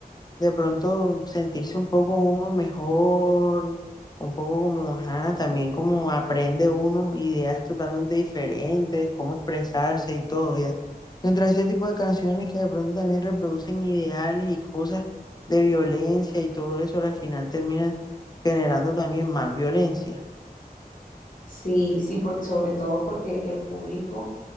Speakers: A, on the left; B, on the left.
A: de pronto sentirse un poco uno mejor, un poco como, ajá, también como aprende uno ideas totalmente diferentes, cómo expresarse y todo, ya. Mientras ese tipo de canciones que de pronto también reproducen ideales y cosas de violencia y todo eso, al final termina generando también más violencia.
B: Sí, sí, porque, sobre todo porque el público